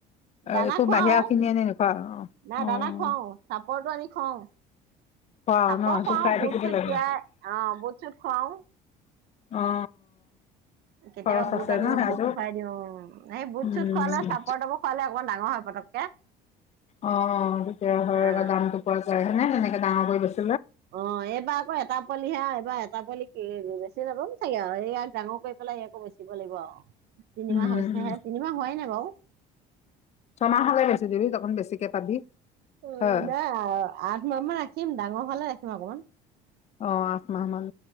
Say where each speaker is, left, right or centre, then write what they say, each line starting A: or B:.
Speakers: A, on the left; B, on the right.
A: অ'
B: দানা
A: একো
B: খোৱাও,
A: বাহিৰা কিনি আনি নোখোৱা
B: নাই,
A: অ অ'
B: দানা খোৱাও, চাপৰটো আনি খোৱাও।
A: খোৱা
B: চাপাৰ
A: ন সেইটো
B: খোৱাও,
A: খাই
B: বুট,
A: থাকিব
B: চুত
A: লাগে
B: তিয়াই, অ', বুট, চুট খোৱাও।
A: অ অ
B: কেতিয়াবা
A: খৰচ
B: বুট
A: আছে
B: আনি
A: ন সেয়াতো
B: বুট খুৱাই দিও। সেই বুট,
A: উম
B: চুট খুৱালে, চাপৰ, তাপৰ খোৱালে, অকমান ডাঙৰ হয় পতককে।
A: অ তেতিয়া হয়
B: অ'।
A: আকৌ <unintelligible> ডাঙৰ কৰি গৈছো
B: অ', এইবাৰ আকৌ এটা পোৱালি হে, এইবাৰ এটা পোৱালি বেচি নাপাম, চাগে আও এয়াক ডাঙৰ কৰি পেলাই, ইয়াকো বেছিব লাগিব আও তিনিমাহ
A: উম
B: হৈছেহে, তিনিমাহ হোৱাই নাই বাও
A: ছমাহ হ'লে বেছি দিবি, তকোন বেছিকে পাবি।
B: অ,
A: হয়
B: নাই, আঠমাহ মান ৰাখিম ডাঙৰ। হোৱালে ৰাখিম অকণমান।
A: অ আঠ মাহ মান